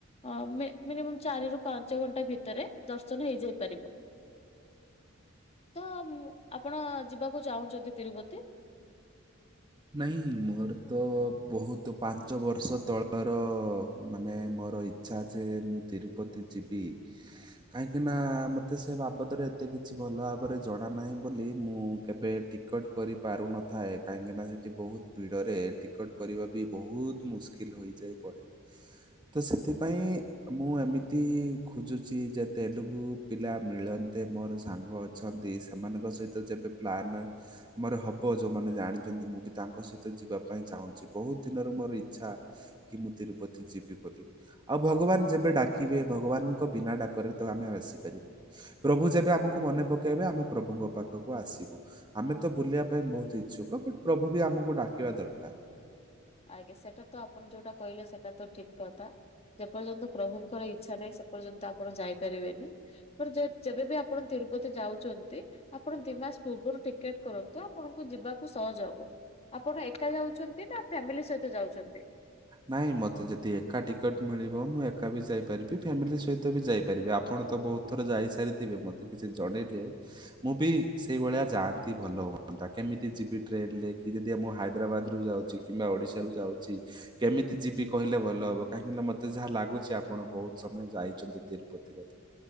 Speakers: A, on the left; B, on the right.
A: ଅ, ମେ- ମିନିମମ୍ ଚାରି ରୁ ପାଞ୍ଚ ଘଣ୍ଟା ଭିତରେ ଦର୍ଶନ ହେଇଯାଇ ପାରିବ। ତ ମୁଁ ଆପଣ ଯିବାକୁ ଚାହୁଁଛନ୍ତି ତିରୁପତି?
B: ନାଇଁ ମୋର ତ ବହୁତ ପାଞ୍ଚ ବର୍ଷ ତଳର ମାନେ ମୋର ଇ ଚ୍ଛା ଯେ ମୁଁ ତିରୁପତି ଯିବି। କାହିଁକି ନା ମୋତେ ସେ ବାବଦରେ ଏତେ କିଛି ଭଲ ଭାବରେ ଜଣା ନାହିଁ ବୋଲି। ମୁଁ କେବେ ଟି କଟ୍ କରିପାରୁ ନଥାଏ। କାହିଁକିନା ସେ ତି ବହୁତ ଭିଡରେ ଟିକଟ୍ କରିବା ବି ବହୁତ ମୁସ୍କିଲ୍ ହୋଇଯାଇ ପଡେ। ତ ସେଥିପାଇଁ ମୁଁ ଏମିତି ଖୋଜୁଛି ଯେ ତେଲୁଗୁ ପିଲା ମିଳନ୍ତେ ମୋର ସାଙ୍ଗ ଛନ୍ତି ସେମାନଙ୍କ ସହିତ ଯେବେ ପ୍ଲାନ୍ ଆମର ହବ ଯୋଉମାନେ ଜାଣିଚନ୍ତି। ମୁଁ ବି ତାଙ୍କ ସହିତ ଯିବା ପାଇଁ ଚାହୁଁଚି। ବହୁତ ଦିନରୁ ମୋର ଇଚ୍ଛା କି ମୁଁ ତିରୁପତି ଯିବି ବୋଲି। ଆଉ ଭଗବାନ ଯେବେ ଡାକିବେ ଭଗବାନଙ୍କ ବିନା ଡାକରେ ତ ଆମେ ଆଉ ଆସିପାରିବୁନି। ପ୍ରଭୁ ଯେବେ ଆମକୁ ମନେ ପକେଇବେ, ଆମେ ପ୍ରଭୁଙ୍କ ପାଖକୁ ଆସିବୁ। ଆମେ ତ ବୁଲିବା ପାଇଁ ବହୁତ ଇଚ୍ଛୁକ, ବଟ୍ ପ୍ରଭୁ ବି ଆମକୁ ଡାକିବା ଦରକାର।
A: ଆଜ୍ଞା, ସେଟା ତ ଆପଣ ଯୋଉଟା କହିଲେ ସେଟା ତ ଠିକ କଥା। ଯେପର୍ଯ୍ୟନ୍ତ ପ୍ରଭୁଙ୍କର ଇଚ୍ଛା ନାହିଁ ସେପର୍ଯ୍ୟନ୍ତ ଆପଣ ଯାଇପାରିବେନି। ପରେ ଯେ ଯେବେବି ଆପଣ ତିରୁପତି ଯାଉଚନ୍ତି, ଆପଣ ଦି ମାସ ପୂର୍ବରୁ ଟିକେଟ୍ କରନ୍ତୁ ଆପଣଙ୍କୁ ଯିବାକୁ ସହଜ ହବ। ଆପଣ ଏକା ଯାଉଛନ୍ତି ନା ଫ୍ୟାମିଲି ସହିତ ଯାଉଛନ୍ତି?
B: ନାଇଁ ମୋତେ ଯଦି ଏକା ଟିକଟ୍ ମିଳିବ ମୁଁ ଏକା ବି ଯାଇପାରିବି। ଫ୍ୟାମିଲି ସହିତ ବି ଯାଇପାରିବି। ଆପଣ ତ ବହୁ ଥର ଯାଇସାରିଥିବେ ମୋତେ କିଛି ଜଣେଇଲେ ମୁଁ ବି ସେଇଭଳିଆ ଯାଆନ୍ତି ଭଲ ହୁଅନ୍ତା, କେମିତି ଯିବି ଟ୍ରେନ୍ ରେ କି ଯଦି ଏ ମୁଁ ହାଇଦ୍ରାବାଦ ରୁ ଯାଉଛି କିମ୍ବା ଓଡିଶ ରୁ ଯାଉଛି କେମିତି ଯିବି କହିଲେ ଭଲ ହବ? କାହିଁକି ନା ମୋତେ ଯାହା ଲାଗୁଛି ଆପଣ ବହୁତ ସମୟ ଯାଇଛନ୍ତି ତିରୁପତି ବୋଧେ।